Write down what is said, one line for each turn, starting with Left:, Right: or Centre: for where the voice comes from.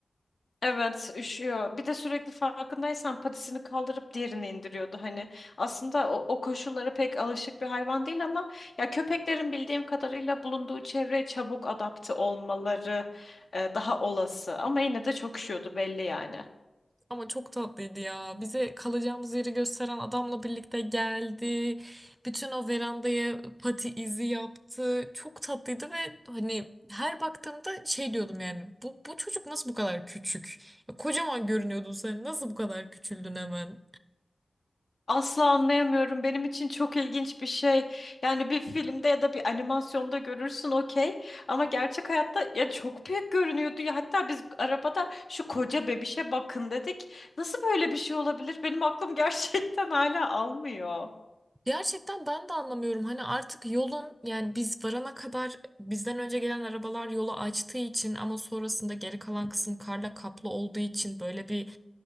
Left: Evet, üşüyor. Bir de sürekli farkındaysan patisini kaldırıp diğerini indiriyordu. Hani aslında o, o koşullara pek alışık bir hayvan değil ama ya köpeklerin bildiğim kadarıyla bulunduğu çevreye çabuk adapte olmaları e, daha olası. Ama yine de çok üşüyordu belli yani.
Right: Ama çok tatlıydı ya. Bize kalacağımız yeri gösteren adamla birlikte geldi. Bütün o verandaya pati izi yaptı. Çok tatlıydı ve hani her baktığımda şey diyordum yani. Bu, bu çocuk nasıl bu kadar küçük? Ya kocaman görünüyordun sen. Nasıl bu kadar küçüldün hemen?
Left: Asla anlayamıyorum. Benim için çok ilginç bir şey. Yani bir filmde ya da bir animasyonda görürsün okey. Ama gerçek hayatta ya çok büyük görünüyordu ya. Hatta biz arabada şu koca bebişe bakın dedik. Nasıl böyle bir şey olabilir? Benim aklım <laughs> gerçekten hala almıyor.
Right: Gerçekten ben de anlamıyorum. Hani artık yolun yani biz varana kadar bizden önce gelen arabalar yolu açtığı için ama sonrasında geri kalan kısım karla kaplı olduğu için böyle bir